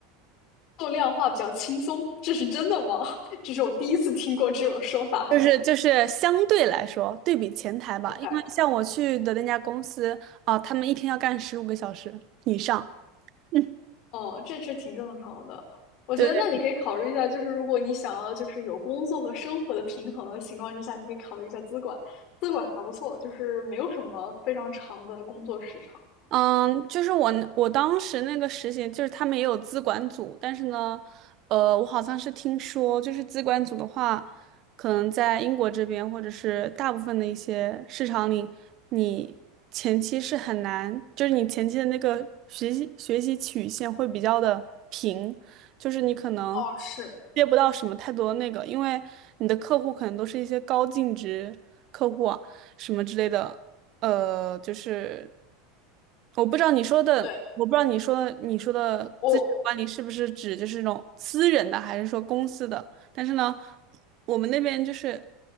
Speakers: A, on the left; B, on the right.
A: 做量化比较轻松，这是真的吗？<laughs> 这是我第一次听过这种说法。
B: 就是就是相对来说，对比前台吧，
A: OK，
B: 因为像我去的那家公司啊，他们一天要干十五个小时以上。嗯，
A: 哦，这是挺正常的。我觉得那你可以考虑一下，
B: 对。
A: 就是如果你想要就是有工作和生活的平衡的情况之下，你可以考虑一下资管，资管还不错，就是没有什么非常长的工作时长。
B: 嗯，就是我我当时那个实习，就是他们也有资管组，但是呢，呃，我好像是听说，就是资管组的话，可能在英国这边或者是大部分的一些市场里，你前期是很难，就是你前期的那个学习学习曲线会比较的平，就是你可能
A: 哦，是，
B: 接不到什么太多的那个，因为你的客户可能都是一些高净值客户啊，什么之类的。呃，就是我不知道你说的，
A: 对，
B: 我不知道你说的你说的资产管理是不是指就是那种私人的，
A: 我
B: 还是说公司的？但是呢，我们那边就是